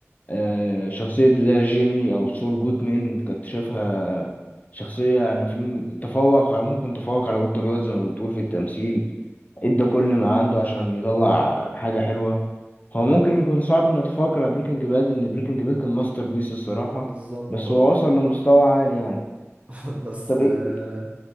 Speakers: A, on the left; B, on the right.
A: آه، شخصية لا جيمي أو سول جودمان كنت شايفها شخصية يعني في تفوق على ممكن تفوق على وولتر وايت زي ما بتقول في التمثيل ادى كل ما عنده عشان يطلع حاجة حلوة هو ممكن يكون صعب إنه يتفوق على بريكنج باد لأن بريكنج باد كان ماستر بيس الصراحة
B: بالظبط
A: بس
B: اه
A: هو وصل لمستوى عالي يعني
B: <laughs> بس
A: طب إيه
B: آه،